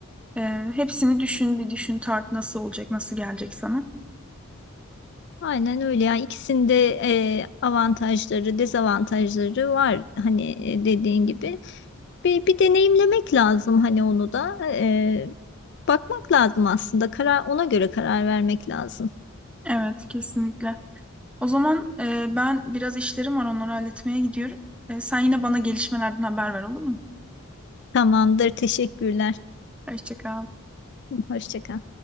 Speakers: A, in the centre; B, on the left.
A: Ee, hepsini düşün, bir düşün, tart nasıl olacak, nasıl gelecek sana.
B: Aynen öyle yani ikisinde eee, avantajları dezavantajları var hani e, dediğin gibi. Bir, bir deneyimlemek lazım hani onu da Eee, bakmak lazım aslında karar ona göre karar vermek lazım.
A: Evet, kesinlikle. O zaman e, ben biraz işlerim var, onları halletmeye gidiyorum. E, sen yine bana gelişmelerden haber ver, olur mu?
B: Tamamdır teşekkürler.
A: Hoşça kal.
B: Hoşça kal.